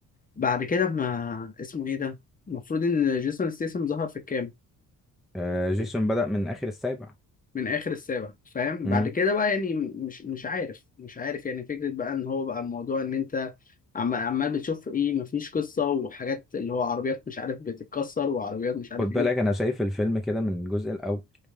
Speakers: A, on the left; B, in the centre.
A: بعد كده ما اسمه ايه ده المفروض ان جيسون ستيسم ظهر في الكام
B: آه جيسون بدأ من اخر السابع
A: من اخر السابع فاهم
B: امم
A: بعد كده بقى يعني مش مش عارف مش عارف يعني فكره بقى ان هو بقى الموضوع ان انت عم- عمال بتشوف ايه مفيش قصه وحاجات اللي هو عربيات مش عارف بتتكسر وعربيات مش عارف
B: خد
A: ايه
B: بالك انا شايف الفيلم كده من الجزء الاول